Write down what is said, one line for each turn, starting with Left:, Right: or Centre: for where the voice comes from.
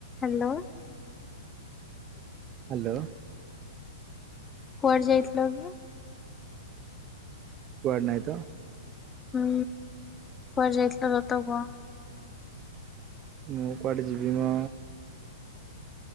Left: ହାଲୋ।
Right: ହାଲୋ।
Left: କୁଆଡ଼ ଯାଇଥିଲ କି?
Right: କୁଆଡ଼େ ନାହିଁ ତ।
Left: ହୁଁ କୁଆଡ଼େ ଯାଇଥିଲ ସତ କୁହ?
Right: ମୁଁ କୁଆଡ଼େ ଯିବି ମ?